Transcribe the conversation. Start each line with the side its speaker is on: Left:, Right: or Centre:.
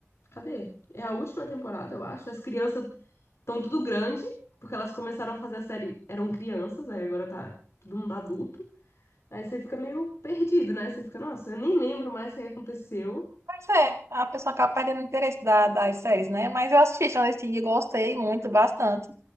Left: cadê? É a última temporada, eu acho. As crianças estão tudo grande, porque elas começaram a fazer a série, eram crianças, aí agora tá todo mundo adulto. Aí você fica meio perdido, né? Você fica, nossa, eu nem lembro mais o que aconteceu.
Right: Pois é, a pessoa acaba perdendo o interesse da, das séries, né? Mas eu assisti Stranger Things e gostei muito, bastante.